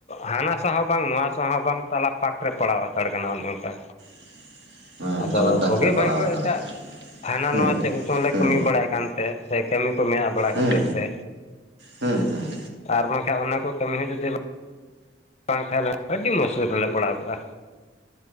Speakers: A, on the left; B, on the right.
A: ᱦᱟᱱᱟ ᱥᱟᱶ ᱦᱚᱸ ᱵᱟᱝ ᱱᱚᱣᱟ ᱥᱟᱶ ᱦᱚᱸ ᱵᱟᱝ ᱛᱟᱞᱟ ᱯᱷᱟᱠ ᱨᱮ ᱯᱟᱲᱟᱣ ᱦᱟᱛᱟᱲ ᱠᱟᱱᱟ ᱚᱱᱮ ᱚᱱᱠᱟ
B: <unintelligible>
A: ᱟᱫᱚ
B: ᱫᱟᱜᱽ
A: ᱵᱩᱜᱤ
B: ᱨᱮ ᱯᱟᱲᱟᱣ
A: ᱵᱷᱟᱭᱜᱳ
B: ᱫᱟᱲᱮ
A: ᱮᱴᱟᱜ
B: ᱠᱟᱜᱼᱟ
A: ᱦᱟᱱᱟ
B: ᱦᱩᱸ
A: ᱱᱚᱣᱟ ᱯᱮ ᱵᱚᱪᱷᱚᱨ ᱞᱮ
B: ᱦᱩᱸ
A: ᱠᱟᱹᱢᱤ ᱵᱟᱲᱟᱭᱮᱫ ᱠᱟᱱ ᱛᱟᱦᱮ ᱥᱮ ᱠᱟᱹᱢᱤ ᱠᱚ ᱢᱮᱱᱟᱜ ᱵᱟᱲᱟ ᱠᱷᱟᱹᱛᱤᱨ
B: ᱦᱩᱸ
A: ᱛᱮ
B: ᱦᱩᱸ ᱦᱩᱸ
A: ᱟᱨ ᱵᱟᱝᱠᱷᱟᱱ ᱚᱱᱟ ᱠᱚ ᱠᱟᱹᱢᱤ ᱦᱚᱸ ᱡᱩᱫᱤ ᱵᱟᱝ ᱵᱟᱝ ᱛᱟᱦᱮᱸ ᱞᱮᱱ ᱟᱹᱰᱤ ᱢᱩᱥᱠᱤᱞ ᱨᱮᱞᱮ ᱯᱟᱲᱟᱣ ᱠᱚᱜᱼᱟ᱾